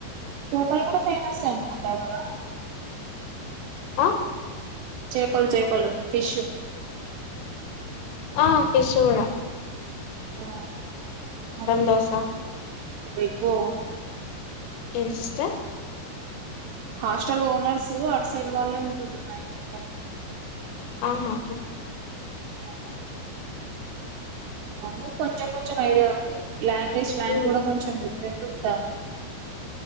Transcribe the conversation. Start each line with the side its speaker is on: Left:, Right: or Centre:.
Right: చెప్పలు కూడా ఫేమస్ అంటకుంటా కదా
Left: ఆ
Right: చేపలు చేపలు ఫిష్
Left: ఆ ఫిషవడా
Right: ఆ అట
Left: దోశ
Right: ఎకువఓ
Left: ఏ sys
Right: hostel owners outside వాళ్ళే ఉంటుండ మ
Left: ఆహా
Right: ఆ అవు కొంచెం కొంచెం ఐడియా ఉంది లాంగ్వేజ్ లాంగ్
Left: ఉమ్
Right: కూడా కొంచెం డిఫరెంట్ ఉంటుంది